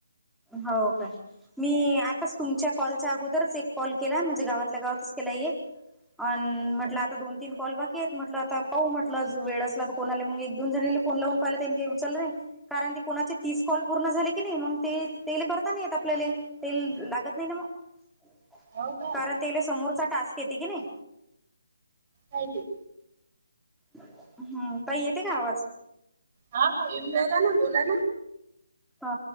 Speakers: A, in the centre; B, on the right.
A: हो का. मी आताच तुमच्या कॉलच्या अगोदरच एक कॉल केला म्हणजे गावातल्या गावातच केला एक. अ म्हटलं आता दोन तीन कॉल बाकी आहेत म्हटलं आता पाहू म्हटलं वेळ असला तर कोण आले मग एक दोन जण- फोन लावून पहि त्यांनी काही उचललं नाही कारण ते कोणाचे तीस कॉल पूर्ण झाले की नाही मग ते, तेला करता नाही य आपल्याला तेल लागत नाही ना मग
B: हो का
A: कारण- तेला समोरचा टास्क की नाही.
B: हलदिप.
A: हम्म ताई येते का आवाज?
B: हा हो येऊन रायला ना बोला ना.
A: हा